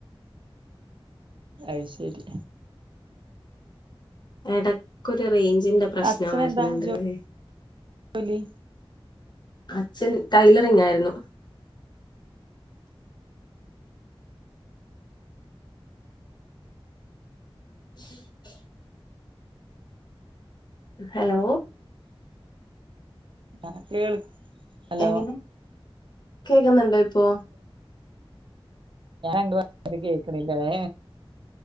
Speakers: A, on the right; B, on the left.
A: അയ് ശരി
B: ഇടക്കൊരു റേഞ്ചിന്റെ പ്രശ്നം
A: അച്ഛനന്താ
B: വരുന്നുണ്ടല്ലേ
A: ജോ ജോലി
B: അച്ഛൻ ടൈലറിംഗ ആയിരുന്നു ഉ ഹലോ
A: ആഹ കേൾ ഹലോ
B: എങ്ങനെ കേക്കുന്നുണ്ടോ ഇപ്പോ
A: ഞാൻ അങ്ങണ്ട്പറയുന്നത് കേക്കണില്ലേ